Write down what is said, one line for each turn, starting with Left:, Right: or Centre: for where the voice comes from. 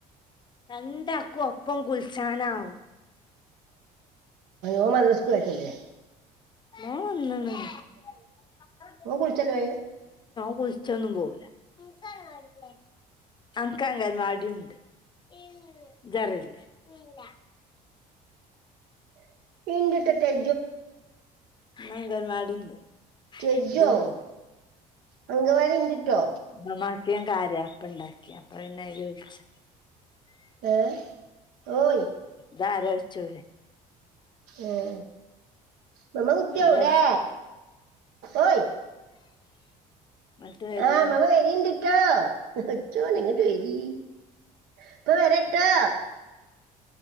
Left: രണ്ടാക്കും ഒപ്പം കുളിച്ചാന ആവും
Right: ഓൻ മദ്രസ്ക് പോയതല്ലേ
Left: ഓൺ വന്നണ് <unintelligible>
Right: ഓൻ കുളിച്ചല്ലോ
Left: കുളിച്ചൊന്നും പോവില്ല ഇങ്ക് അംഗൻവാടില്ലേ അനക് അംഗൻവാടി ഇണ്ട് ഇല്ല ഈച്ചറല്ലേ ഇല്ല
Right: <unintelligible>
Left: ഇന്ന് അഗൽവാടി ണ്ട്
Right: ടെജോ
Left: ഇത് ന്നേ
Right: അങ്കവാടി ഇണ്ടിട്ടോ
Left: ഇമ്മാമക് ഞാൻ കാര്യപ്പ് ഇണ്ടാക്കി അപ്പ പിന്നെ അയിൽ വിളിച്ചു
Right: ഹെ ഓയ്
Left: ദ ആരോഴ്ച ഓല്
Right: ഉം മമ്മ കുത്തിയവിടെ
Left: ഓല്
Right: ഓയ്
Left: ഇങ്ങട്ട് വരേന്ന്
Right: ആ മ്മ മ്മ വരിണ്ട്ട്ടോ <unintelligible> പടച്ചോന എങ്ങിട്ട് വേരി ഇപ്പ വരട്ടാ